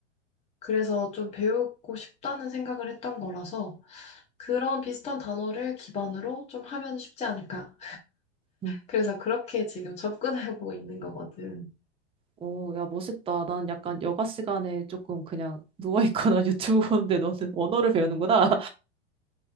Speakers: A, on the left; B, on the right.
A: 그래서 좀 배우고 싶다는 생각을 했던 거라서 그런 비슷한 단어를 기반으로 좀 하면 쉽지 않을까.
B: 응.
A: 그래서 그렇게 지금 접근해보고 있는 거거든.
B: 오, 야, 멋있다. 난 약간 여가 시간에 조금 그냥 누워있거나 <laughs> 유튜브 보는데 너는 언어를 배우는구나.